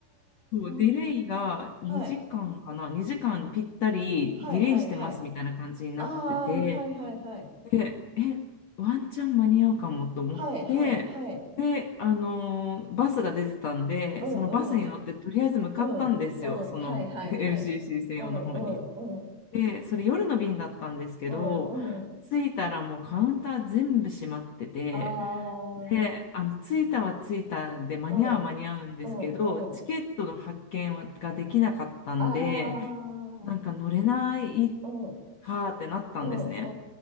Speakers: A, on the left; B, on the right.
A: そう、ディレイが2時間かな、
B: あ、はい
A: 2時間ぴったりディレイしてますみたいな感じになってて、
B: はいはいはい。ああ、はいはいはい。
A: で、え、ワンチャン間に合うかもと思って、
B: はいはいはい。
A: で、あのーバスが出てたんで、
B: うんうん。
A: そのバスに乗ってとりあえず向かったんですよ、
B: うん、うん、
A: その
B: はいはいはい。
A: <laughs> LCC 専用の方に。
B: うん、うん、うん、
A: で、それ夜の便だったんですけど、
B: うん、うん。
A: 着いたらもうカウンター全部閉まってて、
B: ああ、
A: で、
B: う
A: あの着いたは着いたで間に合うは間に合うんですけど、
B: ん、うん、
A: チケットの発券はができなかったんで、
B: うん。ああ、
A: なんか乗れない
B: うん、うん、
A: かってなったんですね。
B: うん、